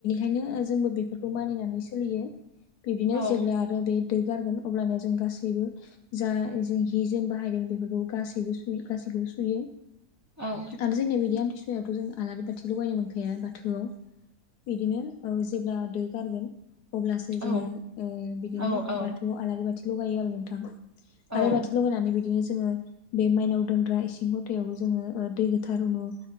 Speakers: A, on the left; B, on the right.
A: बेखायनो जोंबो बेफोरखौ मानिनानै सोलियो। बिदिनो
B: औ
A: जेब्ला आरो बे दो गारगोन अब्लाना जों गासैबो जा जों हि जों बाहायदों बेफोरखौ गासैबो सुयो गासैबो सु सुयो
B: औ
A: आरो जोंनिया बेदि आमथिसुवायावथ' जों आलारि बाथि लगायनो मोनखाया बाथौआव। बिदिनो औ जेब्ला दो गारगोन अब्लासो जोङो
B: औ
A: ओ बिदिनो
B: औ औ
A: बाथौ आलारि बाथि ल'गायो आरो नोंथां। आलारि
B: औ
A: बाथि लगायनानै बिदिनो जोङो बे मायनाव दोनग्रा इसिं खथायावबो जोङो दै गोथार रुनु